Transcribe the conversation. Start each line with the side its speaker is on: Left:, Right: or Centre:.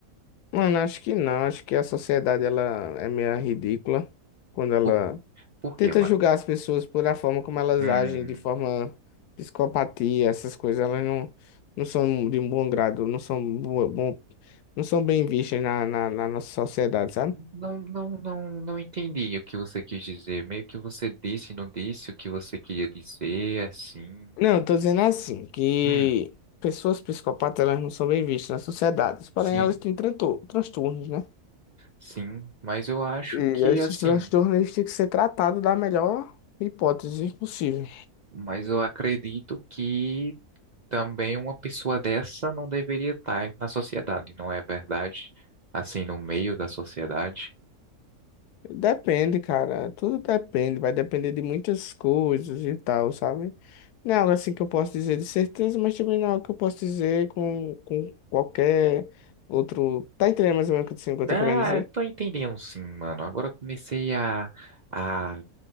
Left: Mano, acho que não. Acho que a sociedade ela é meio ridícula quando ela
Right: Por, por
Left: tenta
Right: quê, mano?
Left: julgar as pessoas por a forma como elas
Right: Hum,
Left: agem, de forma psicopatia, essas coisas. Elas não, não são de um bom grado, não são bo- bom, não são bem vistas na, na, na nossa sociedade, sabe?
Right: não, não, não, não entendi o que você quis dizer. Meio que você disse e não disse o que você queria dizer, assim.
Left: Não, eu tô dizendo assim, que
Right: Hum,
Left: pessoas psicopatas elas não são bem vistas na sociedade, porém
Right: sim,
Left: elas têm trantor- transtornos, né?
Right: sim, mas eu acho
Left: E
Right: que
Left: esses
Right: assim,
Left: transtornos eles têm que ser tratados da melhor hipótese possível.
Right: mas eu acredito que também uma pessoa dessa não deveria estar na sociedade, não é verdade? Assim, no meio da sociedade.
Left: Depende, cara. Tudo depende. Vai depender de muitas coisas e tal, sabe? Não é algo assim que eu posso dizer de certeza, mas também não é algo que eu posso dizer com, com qualquer outro. Tá entendendo mais ou menos o que eu tô- o que eu
Right: Ah,
Left: tô querendo dizer?
Right: eu tô entendendo sim, mano. Agora eu comecei a, a